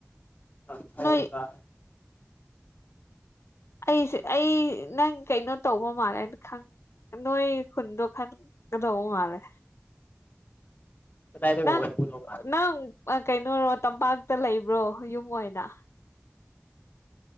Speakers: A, on the left (about 40°); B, on the left (about 85°).
A: ꯔ
B: ꯅꯣꯏ
A: ꯀ
B: ꯑꯩꯁꯦ ꯑꯩ ꯅꯪ ꯀꯩꯅꯣ ꯇꯧꯕ ꯃꯥꯜꯂꯦꯅ ꯈꯪ ꯅꯣꯏ ꯈꯨꯟꯗꯣ ꯈꯟꯒꯗꯧꯕ ꯃꯥꯜꯂꯦ
A: ꯀꯗꯥꯏꯗꯒ
B: ꯅꯪ
A: ꯑꯣꯏꯕꯨꯗꯧ ꯃꯥꯜꯂꯦ
B: ꯅꯪ ꯀꯩꯅꯣꯔꯣ ꯇꯝꯄꯥꯛꯇ ꯂꯩꯕ꯭ꯔꯣ ꯌꯨꯝ ꯑꯣꯏꯅ